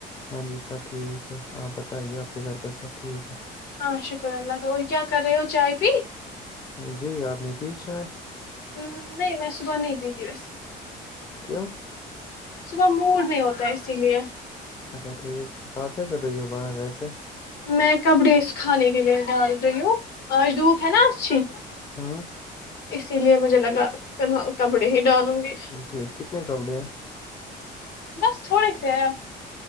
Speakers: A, on the left (about 25°); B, on the left (about 70°).
A: ہاں جی سب ٹھیک ہے آپ بتائیے آپ کے گھر پہ سب ٹھیک ہے
B: ہاں شکر اللہ کا اور کیا کر رہے ہو چائے پی
A: جی آپ نے پیچھا ہے <unintelligible>
B: ہ نہیں میں صبح نہیں پیتی ویسے
A: کیوں
B: صبح موور نہیں ہوتا ہے اسی لیے
A: اچھا ٹھیک کہ کیا کر رہی ہو باہر ویسے
B: میں کپڑے کھانے کے لیے ڈال رہی ہوں آج دکھ ہے نا اھی <unintelligible>
A: ہاں
B: اسی لیے مجھے لگا فی الحال کپڑے ہی ڈالوں گی
A: ٹھیک کتنے کپڑے ہیں
B: بس تھوڑے سے ہیں اب